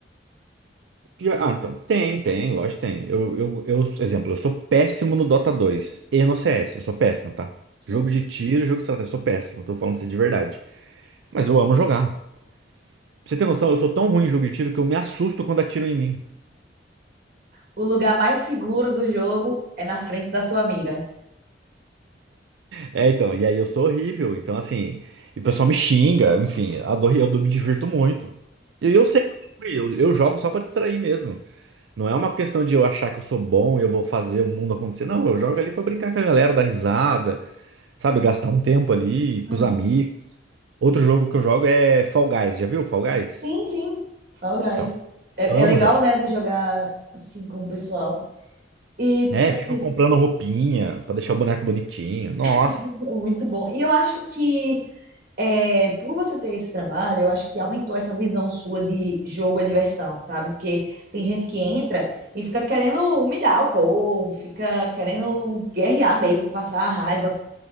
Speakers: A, on the right; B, on the right.
A: E, Ah, então, tem, tem, lógico, que tem. Eu, eu, eu, exemplo, eu sou péssimo no Dota dois. e no CS, eu sou péssimo, tá?
B: <laughs>
A: Jogo de tiro, jogo de estratégia, eu sou péssimo, tô falando pra você de verdade. Mas eu amo jogar. Pra você ter noção, eu sou tão ruim em jogo de tiro que eu me assusto quando atiram em mim.
B: O lugar mais seguro do jogo é na frente da sua mira.
A: É, então, e aí eu sou horrível, então assim, e o pessoal me xinga, enfim, adoro, eu me divirto muito. E eu sei que eu sou ruim, eu, eu jogo só pra distrair mesmo. Não é uma questão de eu achar que eu sou bom e eu vou fazer o mundo acontecer. Não, eu jogo ali pra brincar com a galera, dar risada, sabe, gastar um tempo ali com
B: Uhum.
A: os amigos. Outro jogo que eu jogo é Fall Guys, já viu Fall Guys?
B: Sim, sim, Fall Guys.
A: Então,
B: É,
A: amo
B: é legal,
A: jogar.
B: né, de jogar assim com o pessoal. E, tipo
A: É,
B: assim,
A: fico comprando roupinha pra deixar o boneco bonitinho. Nossa.
B: <laughs> é muito bom. E eu acho que, é, por você ter esse trabalho, eu acho que aumentou essa visão sua de jogo é diversão, sabe? Porque tem gente que entra e fica querendo humilhar o povo, fica querendo guerrear mesmo, passar a raiva.